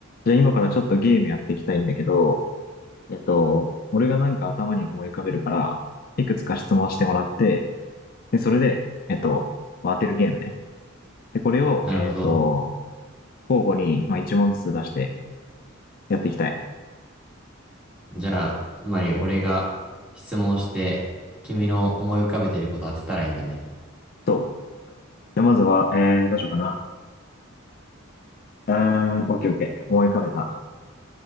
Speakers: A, on the left (about 45°); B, in the centre.
A: じゃあ今からちょっとゲームやっていきたいんだけど、えっと、俺がなんか頭に思い浮かべるから、いくつか質問してもらって、で、それで、えっと、まあ当てるゲームね。で、これを、
B: なるほど。
A: えっと、交互に、まあ、一問ずつ出してやっていきたい。
B: じゃあ、つまり俺が質問して、君の思い浮かべてること当てたらいいんだね。
A: と、で、まずは、えー、どうしようかな。あー、オッケーオッケー。思い浮かべた。